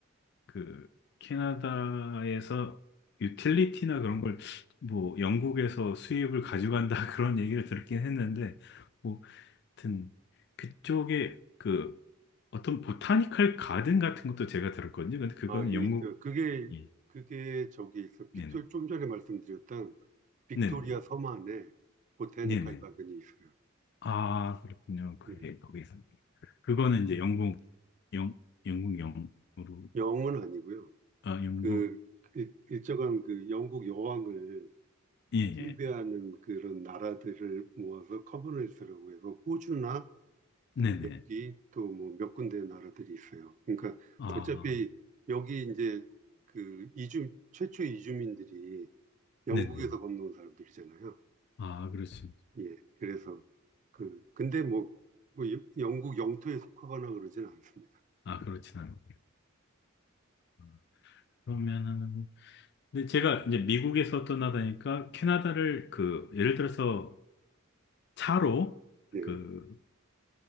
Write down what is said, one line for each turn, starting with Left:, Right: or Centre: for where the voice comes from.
Left: 그 캐나다에서 유틸리티나 그런 걸 뭐 영국에서 수입을 가져간다 <laughs> 그런 얘기를 들었긴 했는데 뭐 하여튼 그쪽에 그 어떤 보타니컬 가든 같은 것도 제가 들었거든요. 근데 그거는
Right: 아, 예,
Left: 영국
Right: 그, 그게,
Left: 예.
Right: 그게 저기 있어. 빅토
Left: 네네.
Right: 좀 전에 말씀드렸던 빅토리아
Left: 네네.
Right: 섬 안에 보타니컬
Left: 네네.
Right: 가든이 있어요.
Left: 아, 그렇군요. 그게
Right: 예.
Left: 거기서. 그거는 이제 영국, 영, 영국 영으로,
Right: 영은 아니고요.
Left: 아, 영국,
Right: 그 일- 일정한 그 영국 여왕을
Left: 예,
Right: 숭배하는
Left: 예.
Right: 그런 나라들을 모아서 커먼웰스라고 해서 호주나
Left: 네네.
Right: 여기 또 뭐 몇 군데 나라들이 있어요. 그러니까
Left: 아,
Right: 어차피 여기 이제 그 이주 최초 이주민들이 영국에서
Left: 네네.
Right: 건너온 사람들이잖아요.
Left: 아, 그렇죠.
Right: 예. 그래서 그 근데 뭐 뭐 영국 영토에 속하거나 그러진 않습니다.
Left: 아, 그렇진 않아요. 아, 그러면은, 근데 제가 이제 미국에서 떠나다니까 캐나다를 그, 예를 들어서 차로
Right: 예.
Left: 그,